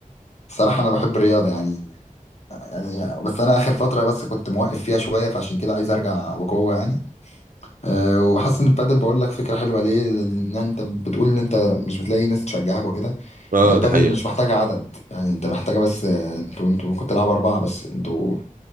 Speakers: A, on the left; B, on the right.
A: الصراحه انا بحب الرياضه يعني يعني بس انا اخر فتره بس كنت موقف فيها شويه فعشان كده عايز ارجع بقوه يعني أه وحاسس ان البادل بقول لك فكره حلوه ليه لان انت بتقول ان انت مش بتلاقي ناس تشجعك وكده
B: اه
A: هي البادل
B: دي حقيقة
A: مش محتاجة عدد يعني انت محتاجة بس آه، انتوا انتوا ممكن تلعبوا أربعة بس انتوا